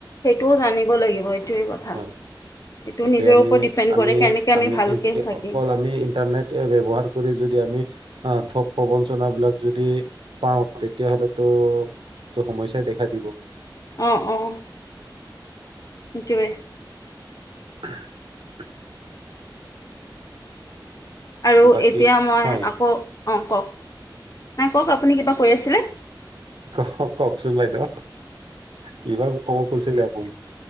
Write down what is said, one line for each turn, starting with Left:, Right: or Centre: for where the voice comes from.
Left: সেইটোও জানিব লাগিব এইটোৱেই কথা,
Right: হয়
Left: এইটো
Right: যাতে
Left: নিজৰ
Right: আমি
Left: ওপৰত ডিপেণ্ড
Right: আমি
Left: কৰে, কেনেকে আমি ভালকে
Right: ইন- এ-
Left: থাকিম।
Right: অকল আমি ইন্টাৰনেট ব্যৱহাৰ কৰি যদি আমি অ', ঠগ প্ৰবঞ্চনা বিলাক যদি পাওঁ, তেতিয়াাহ'লে তো সমস্যাই দেখা দিব।
Left: অঁ, অঁ, সেইটোৱেই।
Right: <inaudible>
Left: আৰু
Right: বাকী
Left: এতিয়া মই
Right: হয়
Left: আকৌ, অ' কওক, নাই কওক আপুনি কিবা কৈ আছিলে?
Right: <unintelligible> কওকচোন বাইদেউ। কিবা ক'ব কৈছিলে <unintelligible>